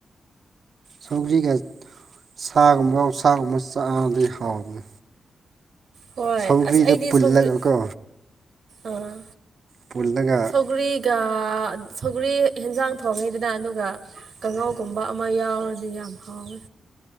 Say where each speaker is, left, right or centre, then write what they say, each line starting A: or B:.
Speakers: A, on the right; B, on the right.
A: ꯁꯧꯒꯥ꯭ꯔꯤꯒ ꯁꯥꯒꯨꯝꯕ ꯑꯣꯛꯁꯥꯒꯨꯝꯕ ꯆꯥꯕꯗꯤ ꯍꯥꯎꯕꯅꯤ
B: ꯍꯣꯏ
A: ꯁꯧꯒ꯭ꯔꯤꯗ
B: ꯑꯁ ꯑꯩꯗꯤ
A: ꯄꯨꯜꯂꯒꯀꯣ
B: ꯁꯧꯒ꯭ꯔꯤ ꯑꯥ
A: ꯄꯨꯜꯂꯒ
B: ꯁꯧꯒ꯭ꯔꯤꯒ ꯁꯧꯒ꯭ꯔꯤ ꯍꯦꯟꯖꯥꯡ ꯊꯣꯡꯉꯤꯗꯅ ꯑꯗꯨꯒ ꯀꯥꯡꯉꯥꯎꯒꯨꯝꯕ ꯑꯃ ꯌꯥꯎꯔꯗꯤ ꯌꯥꯝ ꯍꯥꯎꯋꯦ